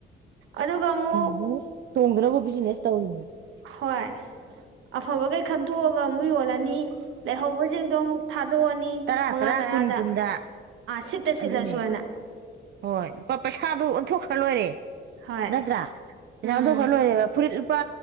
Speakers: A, on the right; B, on the right.
A: ꯑꯗꯨꯒ ꯑꯃꯨ
B: ꯑꯗꯨꯝ ꯇꯣꯡꯗꯅꯕꯕꯨ ꯕꯤꯖꯤꯅꯦꯁ ꯇꯧꯋꯅꯦ
A: ꯍꯣꯏ ꯑꯐꯕꯈꯩ ꯈꯟꯗꯣꯛꯑꯒ ꯑꯃꯨꯛ ꯌꯣꯜꯂꯅꯤ ꯂꯩꯍꯧꯕꯁꯤꯡꯗꯣ ꯑꯃꯨꯛ ꯊꯥꯗꯣꯛꯑꯅꯤ
B: ꯇꯔꯥ
A: ꯃꯉꯥ
B: ꯇꯔꯥ
A: ꯇꯔꯥꯗ
B: ꯀꯨꯟ ꯀꯨꯟꯗ
A: ꯁꯤꯠ ꯇ ꯁꯤꯠꯂꯁꯨ
B: ꯑꯗꯨꯅꯦ
A: ꯑꯅ
B: ꯍꯣꯏ ꯂꯨꯄꯥ ꯄꯩꯁꯥꯗꯨ ꯑꯣꯟꯊꯣꯛꯈ꯭ꯔ ꯂꯣꯏꯔꯦ
A: ꯍꯣꯏ
B: ꯅꯠꯇ꯭ꯔꯥ ꯄꯩꯁꯥ
A: ꯎꯝ
B: ꯑꯣꯟꯊꯣꯛꯈꯔ ꯂꯣꯏꯔꯦꯕ ꯐꯨꯔꯤꯠ ꯂꯨꯄꯥ